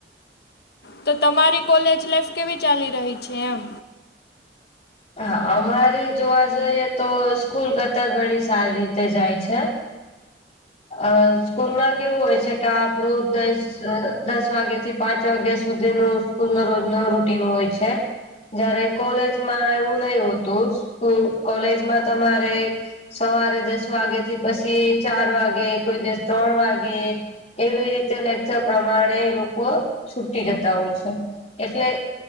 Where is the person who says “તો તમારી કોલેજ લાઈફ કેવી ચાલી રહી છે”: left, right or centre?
Left